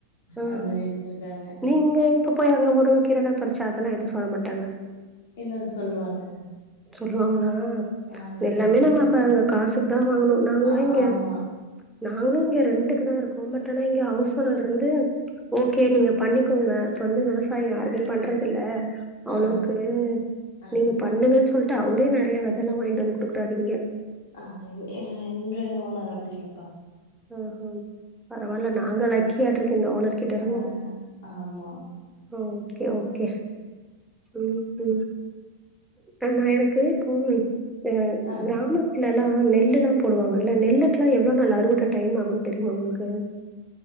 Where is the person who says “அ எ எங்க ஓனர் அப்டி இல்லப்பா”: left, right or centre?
Left